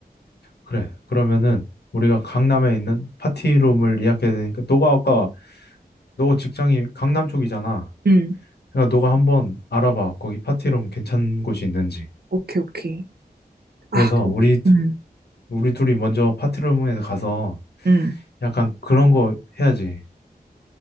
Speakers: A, on the left; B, on the right.
A: 그래. 그러면은 우리가 강남에 있는 파티룸을 예약해야 되니까 너가 아까 너 직장이 강남 쪽이잖아.
B: 음,
A: 그러니까 너가 한번 알아봐. 거기 파티룸 괜찮은 곳이 있는지.
B: 오케이, 오케이. 아,
A: 그래서
B: 근데,
A: 우리
B: 음,
A: 우리 둘이 먼저 파티룸에 가서
B: 음,
A: 약간 그런 거 해야지.